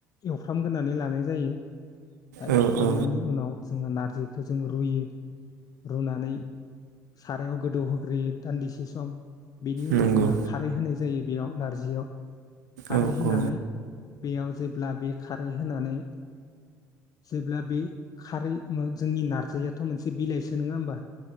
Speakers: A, on the left; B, on the right.
A: एवफ्रामग्रोनानै लानाय जायो दा
B: औ
A: एवफ्रामनायनि
B: औ
A: उनाव जोङो नारजि खो जों रुयो रुनानै सारायाव गोदौहोग्रोयो दान्दिसे सम बेनि उनाव
B: नंगौ
A: जोंहा खारै होनाय जायो बेयाव नारजियाव खारै
B: औ
A: होनानै
B: औ
A: बेयाव जे ब्ला बे खारै होनानै जेब्ला बे खारै मो जोंनि नार्जारियाथ मोनसे बिलाइसो नङा होमबा?